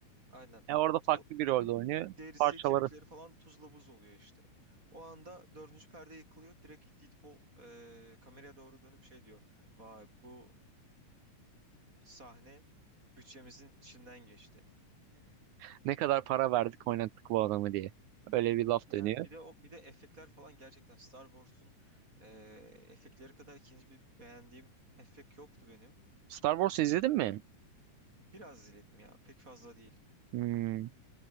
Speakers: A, on the right (about 25°); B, on the right (about 75°).
A: Aynen.
B: E orada
A: O
B: farklı bir rolde
A: tüm
B: oynuyor.
A: derisi,
B: Parçaları
A: kemikleri falan tuzla buz oluyor işte. O anda dördüncü perde yıkılıyor. Direkt Deadpool e, kameraya doğru dönüp şey diyor. Vay bu sahne bütçemizin içinden geçti.
B: <laughs> ne kadar para verdik oynattık bu adamı diye. Öyle bir laf
A: Yani
B: dönüyor.
A: bir de o bir de efektler falan gerçekten Star Wars'un e, efektleri kadar ikinci bir beğendiğim efekt yoktu benim.
B: Star Wars izledin mi?
A: Biraz izledim ya. Pek fazla değil.
B: Hmm.